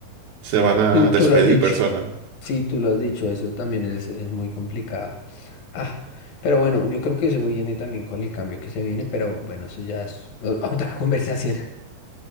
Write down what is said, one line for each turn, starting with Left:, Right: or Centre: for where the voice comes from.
Right: se van a
Left: Tú,
Right: despedir
Left: tú lo has dicho,
Right: persona.
Left: sí, tú lo has dicho, eso también es, es muy complicado. Ah, pero bueno, yo creo que eso viene también con el cambio que se viene, pero bueno, eso ya es o- otra <laughs> conversación.